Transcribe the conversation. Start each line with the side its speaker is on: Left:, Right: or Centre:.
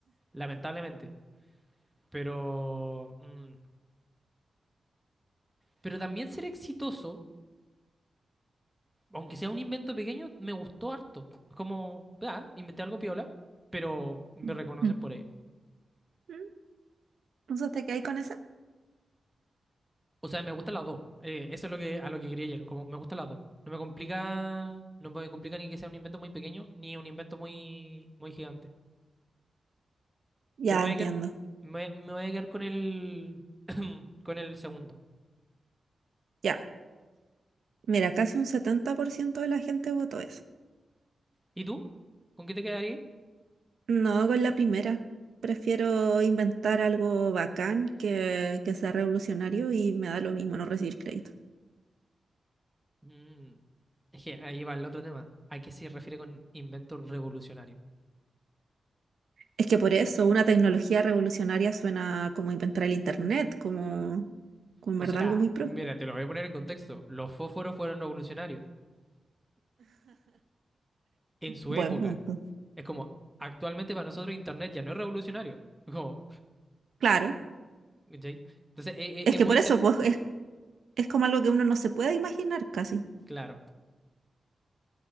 Centre: lamentablemente. Pero, mm, pero también ser exitoso, aunque sea un invento pequeño, me gustó harto. Es como, ah, inventé algo piola, pero me
Right: <laughs>
Centre: reconocen por ello.
Right: Mm. Entonces, ¿te ahí con esa?
Centre: O sea, me gustan las dos. Eh, eso es lo que, a lo que quería ayer. Como me gustan las dos. No me complica, no me complica ni que sea un invento muy pequeño, ni un invento muy, muy gigante.
Right: Ya
Centre: Pero me
Right: entiendo.
Centre: voy a quedar, me, me voy a quedar con el, <coughs> <clears throat> con el segundo.
Right: Ya. Mira, casi un 70% de la gente votó eso.
Centre: ¿Y tú? ¿Con qué te quedarías?
Right: No con la primera. Prefiero inventar algo bacán que, que sea revolucionario y me da lo mismo no recibir crédito.
Centre: Mm, es que ahí va el otro tema. ¿A qué se refiere con invento revolucionario?
Right: Es que por eso una tecnología revolucionaria suena como inventar el internet, como, como en
Centre: O
Right: verdad
Centre: sea,
Right: algo muy pro.
Centre: mira, te lo voy a poner en contexto. Los fósforos fueron revolucionarios en su
Right: Buen
Centre: época.
Right: punto.
Centre: Es como, actualmente para nosotros Internet ya no es revolucionario. Es como,
Right: Claro.
Centre: ¿Cachai? Entonces, eh, eh,
Right: Es
Centre: es
Right: que
Centre: muy
Right: por
Centre: interesante.
Right: eso pues, es, es como algo que uno no se puede imaginar casi.
Centre: Claro.